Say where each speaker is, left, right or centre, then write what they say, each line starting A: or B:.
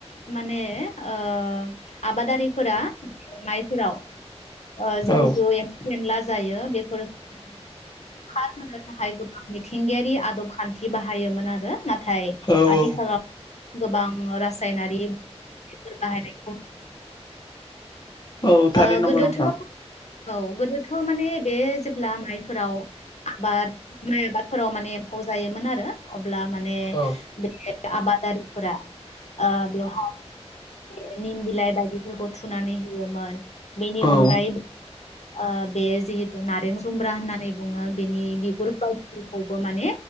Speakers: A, on the left (about 75°); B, on the left (about 40°).
A: माने ओ। आबादारिफोरा। माइफोराव ओ जिहेतु
B: औ
A: एमफौ एनला जायो बेफोर <inaudible> खार। होनो थाखाय गोबां मिथिंगायारि आदब खान्थि बाहायोमोन आरो थाय
B: औ
A: आथिखालाव
B: औ
A: गोबां रासायनारि मुलैफोर बाहायनाय <unintelligible>
B: औ थारैनो
A: ओ गोदोथ'
B: नंगौ नोंथां
A: औ गोदोथ' माने बे जेब्ला माइफोराव आबाद माइ आबाद फोराव माने एम्फौ जायोमोन आरो अब ब्ला माने
B: औ
A: बे आबादारिफोरा ओ बेवहाय बे निम बिलाइ बायदिफोरखौ थुनानै होयोमोन बेनि
B: औ
A: अनगायैब ओ बे जिहेतु नारें जुम्ब्रा होननानै बुङो बेनि बिगुर <unintelligible> खौबो माने